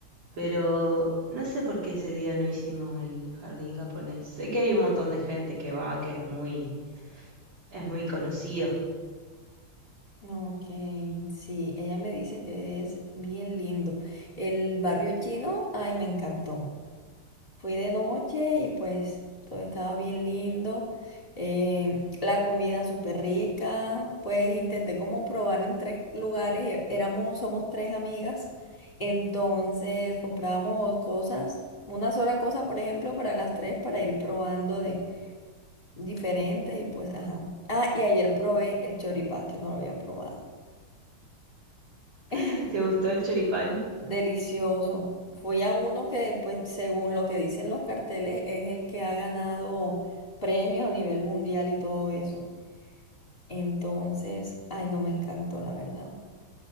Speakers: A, on the right; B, on the left.
A: Pero no sé por qué ese día no hicimos el jardín japonés. Sé que hay un montón de gente que va, que es muy, es muy conocido.
B: Ok, sí, ella me dice que es bien lindo. El barrio chino, ay, me encantó. Fui de noche y pues todo estaba bien lindo. eh, la comida súper rica. Pues intenté como probar en tres lugares. e- Éramos, somos tres amigas. Entonces comprábamos cosas, una sola cosa, por ejemplo, para las tres, para ir probando de diferentes y pues, ajá. Ah, y ayer probé el choripán, que no lo había probado.
A: <laughs>
B: <laughs>
A: ¿Te gustó el choripán?
B: Delicioso. Fui a uno que, pues, según lo que dicen los carteles, es el que ha ganado premios a nivel mundial y todo eso. Entonces, ay, no me encantó, la verdad.